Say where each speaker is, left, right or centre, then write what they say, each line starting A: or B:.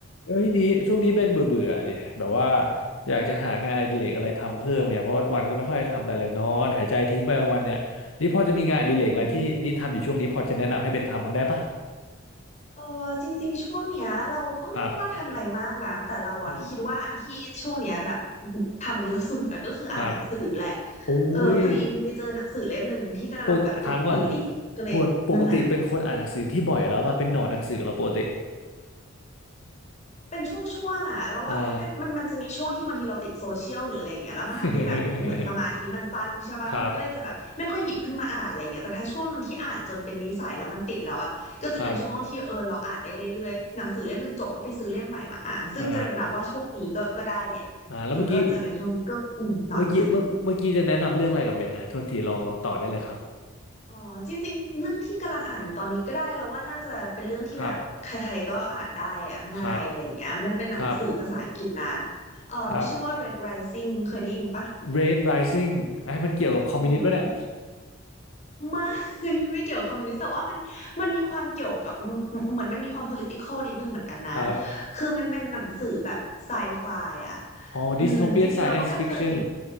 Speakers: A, on the left; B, on the left.
A: เอ้ยนี้ช่วงนี้เบนเบื่อเบื่อดิแบบว่าอยากจะหางานอดิเรกอะไรทำเพิ่มเนี่ยเพราะวันๆก็ไม่ค่อยได้ทำอะไรเลยนอนหายใจทิ้งไปวันๆเนี่ยนี่พอจะมีงานอดิเรกอะไรที่นี่ทำอยู่ช่วงนี้พอจะแนะนำให้เบนทำบ้างได้ปะ
B: อืมเออจริงๆ ช่วงเนี้ยเราก็ไม่ได้ว่าทำอะไรมากนะ
A: ครับ
B: แต่เราอะคิดว่าอันที่ช่วงเนี้ยแบบ
A: อืม
B: ทำเยอะสุดอะก็คืออ่านหนังสือแหละ
A: ครับโอ้ย
B: เออพอดีไปเจอหนังสือเล่มหนึ่งที่กำลังแบบติดอยู่พอดีก็เลยนั่งอ่าน
A: ปกติถามก่อนปกปกติเป็นคนอ่านหนังสือที่บ่อยแล้วป่ะเป็นหนอนหนังสือแล้วปกติ
B: เป็นช่วงๆอ่ะแล้วว่าถ้าเป็นมันมันจะมีช่วงที่บางทีเราติดโซเชียลหรืออะไรเงี้ยแล้วมันทำให้แบบเหมือนสมาธิมันสั้นใช่ปะมันก็เลยจะแบบไม่ค่อยหยิบขึ้นมาอ่านอะไรเงี้ยแต่ถ้าช่วงหนึ่งที่อ่านจนเป็นนิสัยแล้วมันติดแล้วอ่ะก็จะเป็นช่วงที่เออเราอ่านได้เรื่อยๆหนังสือเล่มหนึ่งจบก็ไปซื้อเล่มใหม่มาอ่านซึ่งจะนับว่าช่วงนี้ก็ก็ได้แหละเออก็จะเป็นช่วงนี้ก็อืมหนอนหนังสือ
A: อ่า <laughs> ครับครับอ่าอ่าแล้วเมื่อกี้เมื่อกี้เมื่อเมื่อกี้จะแนะนำเรื่องอะไรกับเบนนะโทษทีลองลองต่อได้เลยครับ
B: อ๋อจริงๆเรื่องที่กำลังอ่านอยู่ตอนนี้ก็ได้แล้วว่าน่าจะเป็นเรื่องที่แบบใครๆก็อ่านได้อะง่ายอะไรอย่างเงี้ยมันเป็นหนังสือภาษาอังกฤษนะ
A: ครับ ครับครับ
B: เอ่อชื่อว่า
A: ครับ
B: Red Rising เคยได้ยินปะ
A: Red Rising ไอ้มันเกี่ยวกับคอมมิวนิสต์ป่ะเนี่ย
B: อืมไม่ <laughs> ไม่เกี่ยวกับคอมมิวนิสต์แต่ว่ามันมันมีความเกี่ยวกับอืมเหมือนมันมีความ political นิดนึงเหมือนกันนะ
A: <laughs> ครับ
B: คือมันเป็นหนังสือแบบไซไฟอ่ะ
A: อ๋อ
B: อืมจริงๆเราก็ไม่เคย
A: Dystopian Science Fiction